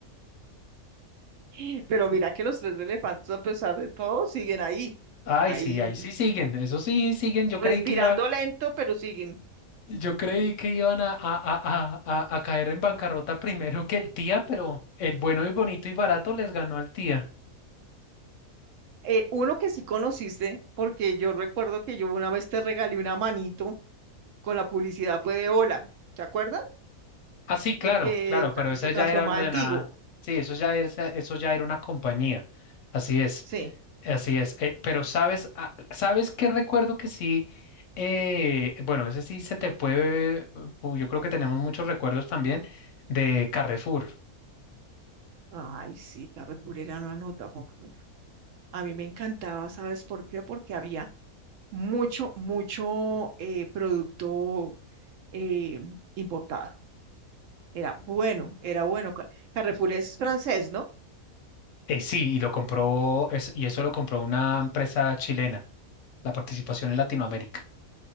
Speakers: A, on the right (about 70°); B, on the left (about 65°).
A: Sí, pero mira que los tres elefantes, a pesar de todo, siguen ahí,
B: Ay,
A: ahí
B: sí, ahí
A: mm,
B: sí siguen, eso sí siguen. Yo
A: respirando
B: creí que iba
A: lento, pero siguen.
B: Yo creí que iban a, a, a, a, a a caer en bancarrota primero que el tía, pero el bueno y bonito y barato les ganó al tía.
A: Eh, uno que sí conociste, porque yo recuerdo que yo una vez te regalé una manito con la publicidad pues, de Hola, ¿te acuerdas?
B: Ah, sí, claro,
A: El que
B: claro, pero
A: tra-
B: esa
A: se
B: ya
A: transformaba
B: era una de
A: en Tigo.
B: nada. Sí, eso ya era eso ya era una compañía. Así es,
A: Sí.
B: así es. Eh, pero sabes, ah, sabes qué recuerdo que sí, eh, bueno, ese sí se te puede, u- yo creo que tenemos muchos recuerdos también de Carrefour.
A: Ay, sí, Carlos Burera no anota, Juan Camilo. A mí me encantaba, ¿sabes por qué? Porque había mucho, mucho eh, producto eh, importado. Era bueno, era bueno. Ca- Carrefour es francés, ¿no?
B: Eh, sí, y lo compró, es- y eso lo compró una empresa chilena. la participación en Latinoamérica.